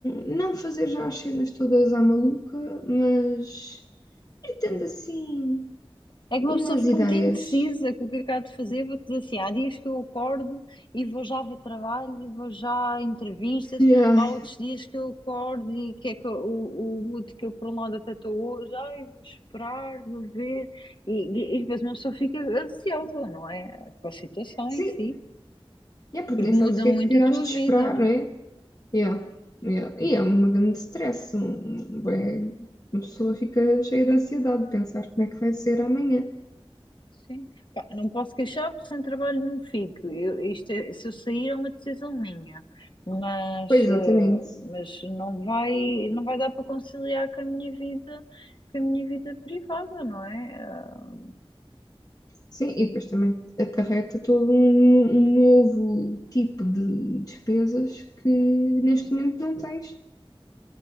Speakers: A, on the left (about 40°); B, on the left (about 55°).
A: não fazer já as cenas todas à maluca, mas ir tendo assim
B: É que uma
A: umas
B: pessoa fica
A: ideias.
B: muito indecisa com o que acaba de fazer. Vou-te dizer assim: há dias que eu acordo e vou já ver trabalho e vou já a entrevistas.
A: Yeah.
B: Há outros dias que eu acordo e que é que eu- o, o mood que eu, por um lado, até estou hoje. Ai, vou esperar, vou ver. E, e, e depois uma pessoa fica ansiosa, não é? Com a situação
A: Sim,
B: em si,
A: yeah, porque
B: porque
A: nem sabes
B: muda
A: o que
B: muito
A: é que
B: a
A: has
B: tua
A: de
B: vida.
A: esperar, né? Yeah. Yeah. E é uma grande stress. Um, um, bué- uma pessoa fica cheia de ansiedade de pensar como é que vai ser amanhã.
B: Sim. Pá, não posso queixar porque sem trabalho não fico. Eu, isto é- se eu sair é uma decisão minha, mas,
A: Pois, exatamente.
B: eh, mas não vai, não vai dar para conciliar com a minha vida, com a minha vida privada, não é? Ah,
A: Sim, e depois também acarreta todo um, um novo tipo de despesas que neste
B: sim,
A: momento não tens.